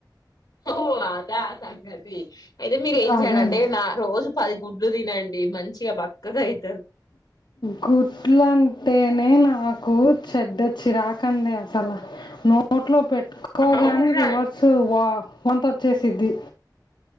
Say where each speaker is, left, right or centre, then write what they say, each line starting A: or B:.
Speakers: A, on the left; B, on the left.
A: ఓహో అద సంగతి అయితే మీరు ఏం
B: అదే
A: చేయాలి
B: అండి
A: అంటే నా రోజు పది గుడ్లు తినండి మంచిగా బక్కగా అవుతారు
B: గుడ్లు అంటేనే నాకు చెడ్డ చిరాకండి అసలు నోట్లో పెట్ క్కోగానే
A: అవునా
B: రివర్సు
A: అండి
B: వా వాంత్ వచ్చేసిద్ది